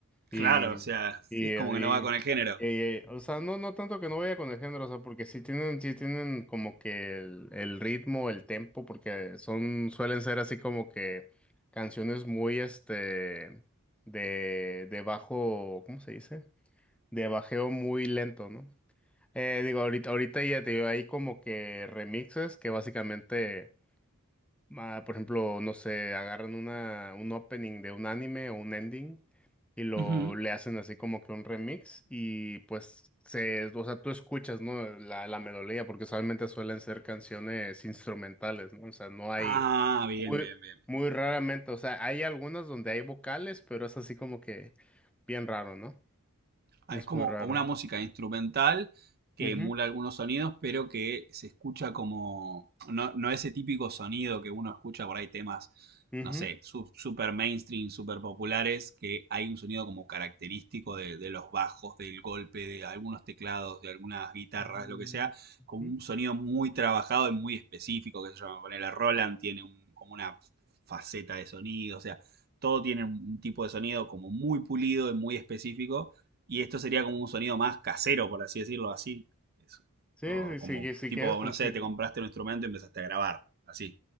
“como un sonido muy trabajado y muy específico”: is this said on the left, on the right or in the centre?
Right